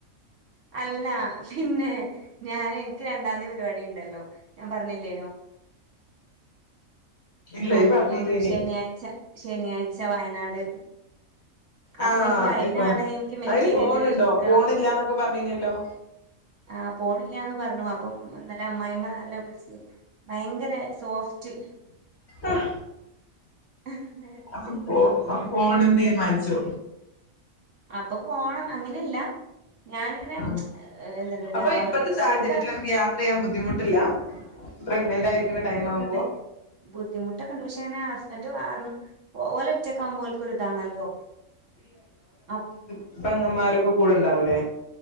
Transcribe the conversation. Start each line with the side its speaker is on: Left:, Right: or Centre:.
Right: അല്ല പിന്നെ ഞാൻ എനിക്ക് രണ്ടാം തീയതി പരിപാടി ഇണ്ടല്ലോ ഞാൻ പറഞ്ഞില്ലേനോ.
Left: ഇല്ല
Right: കൺ
Left: ഇയ്യ് പറഞ്ഞില്ലേനി
Right: മ് ശെനിയാഴ്ച ശെനിയാഴ്ച വയനാട്
Left: ആഹ്
Right: അപ്പൊ എനിക്ക് അയിനാണ്
Left: ഇപ്പ
Right: എനിക്ക് മെറ്റീരിയല്
Left: അയിന് പോണുണ്ടോ
Right: എടുക്കണം
Left: പോണില്ലാന്നൊക്കെ പറഞ്ഞീനല്ലോ
Right: ആഹ പോണില്ലന്ന് പറഞ്ഞു അപ്പം ഇന്നലെ അമ്മായിമ്മന്നലെ വിളിച്ചു ഭയങ്കര സോഫ്റ്റ്
Left: ആ <inaudible>
Right: ആഹ
Left: അപ്പൊ പോണം തീരുമാനിച്ചോ
Right: അപ്പൊ പോണം അങ്ങനെയല്ല ഞാന അങ്ങനെ
Left: ആഹ്
Right: എന്ത പിന്നെ
Left: അപ്പൊ ഇപ്പത്തെ സാഹചര്യത്തിൽ
Right: ശരിക്ക
Left: അനക്ക് യാത്ര ചെയ്യാൻ ബുദ്ധിമുട്ടില്ല പ്രെഗ്നന്റ് ആയിരിക്കുന്ന
Right: ബുദ്ധിമുട്ടൊക്കെ
Left: ടൈം ആവുമ്പോൾ
Right: ഉണ്ട് ബുദ്ധിമുട്ടൊക്കെ ഉണ്ട് പക്ഷെ അങ്ങനെ ഹസ്ബണ്ട് പറഞ്ഞു ഓല് ഒറ്റക്കാവുബോ ഓൽക്കരിതാണല്ലോ അ
Left: അപ്പ പങ്ങന്മാരൊക്കെ കൂടെ ഉണ്ടാവില്ലേ